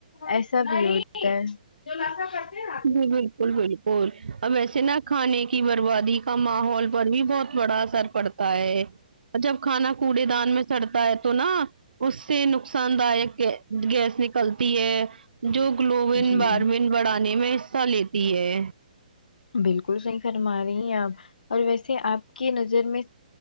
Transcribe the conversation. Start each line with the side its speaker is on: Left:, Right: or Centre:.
Left: ایسا بھی ہوتا ہے جو لسا کرتے نا
Right: جی بالکل بالکل اور اب ایسے نا کھانے کی بربادی کا ماحول پر بھی بہت بڑا اثر پڑتا ہے جب کھانا کوڑے دان میں چڑتا ہے تو نا اس سے نقصان دایک گیس نکلتی ہے جو گلوین
Left: جی
Right: باروین بڑھانے میں حصہ لیتی ہے
Left: بالکل صحیح فرما رہی آپ اور ویسے آپ کی نظر میں